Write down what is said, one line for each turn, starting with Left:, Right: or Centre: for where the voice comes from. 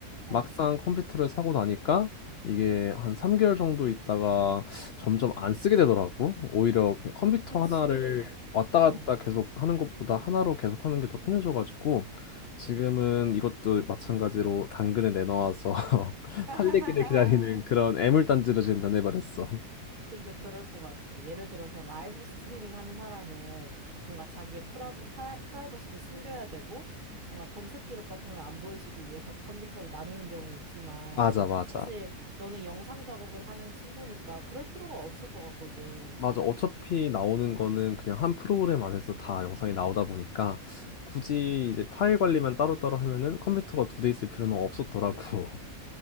Left: 막상
Right: 어,
Left: 컴퓨터를 사고 나니까 이게 한 3개월 정도 있다가 점점 안 쓰게 되더라고. 오히려 그 컴퓨터
Right: 그치.
Left: 하나를 왔다
Right: 어.
Left: 갔다 계속 하는 것보다 하나로 계속 하는 게 더 편해져가지고, 지금은 이것도 마찬가지로 당근에 내놓아서 <laughs>
Right: <laughs>
Left: 팔리기를 기다리는 그런 애물단지로 지금 변해버렸어.
Right: 근데 그럴 것 같아. 예를 들어서 라이브 스트리밍 하는 사람은 뭔가 자기의 프라, 프라, 프라이버시도 숨겨야 되고, 뭔가 검색 기록 같은 걸 안 보여주기 위해서 컴퓨터를 나누는 경우는 있지만,
Left: 맞아, 맞아.
Right: 사실 너는 영상 작업을 하는 친구니까 그럴 필요가 없을 것 같거든.
Left: 맞아. 어차피 나오는 거는 그냥 한 프로그램 안에서 다 영상이 나오다 보니까 굳이 이제 파일 관리만 따로따로 하면은 컴퓨터가 두 대 있을 필요는 없었더라고. <laughs>